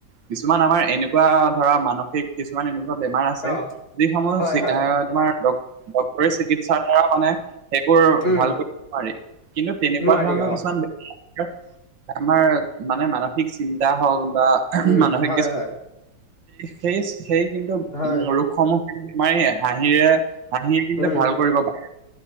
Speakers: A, on the right (about 70°); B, on the left (about 35°).
A: কিছুমান আমাৰ এনেকুৱা ধৰা মানসিক কিছুমান এনেকুৱা বেমাৰ আছে
B: অ
A: যিসমূহ <unintelligible>
B: হয় হয়
A: তোমাৰ ডক্টৰি চিকিৎসাৰ দ্বাৰা মানে সেইবোৰ
B: উম
A: ভাল কৰিব নোৱাৰি। কিন্তু তেনেকুৱা
B: নোৱাৰি
A: ধৰণৰ
B: অ
A: কিছুমান <unintelligible> আমাৰ মানে মান সিক চিন্তা হওঁক বা
B: উম
A: মানসিক
B: হয় হয়
A: সেই-সেই <unintelligible> কিন্তু
B: হয়
A: উম ৰোগসমূহ <unintelligible> হাঁহিৰে, হাঁহিৱে কিন্তু
B: উম
A: ভাল কৰিব পাৰে